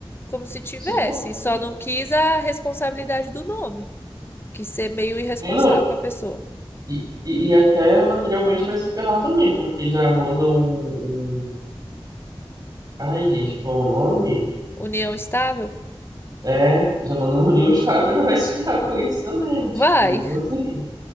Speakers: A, on the left; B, on the right.
A: como se tivesse.
B: Se fosse
A: Só
B: já.
A: não quis a responsabilidade do nome, que ser meio irresponsável
B: É. É, Não,
A: com a pessoa.
B: e, e, e até materialmente vai se ferrar também, porque já manda um. um- Ai, gente, qual é o nome?
A: União estável?
B: É, é, já manda um <laughs> New Star, ainda vai se ferrar com isso também, tipo,
A: Vai.
B: então assim.